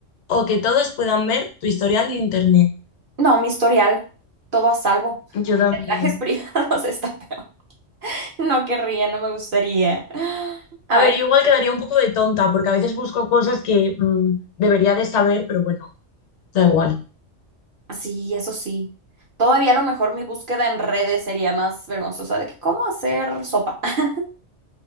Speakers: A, on the left; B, on the right.
A: o que todos puedan ver tu historial de internet?
B: No, mi historial, todo a salvo.
A: Yo también.
B: Viajes <laughs> privados está peor. No querría, no me gustaría. Ay,
A: A ver,
B: no.
A: yo igual quedaría un poco de tonta porque a veces busco cosas que mm, debería de saber, pero bueno, da igual.
B: sí, eso sí. Todavía a lo mejor mi búsqueda en redes sería más vergonzosa de que cómo hacer sopa. <laughs>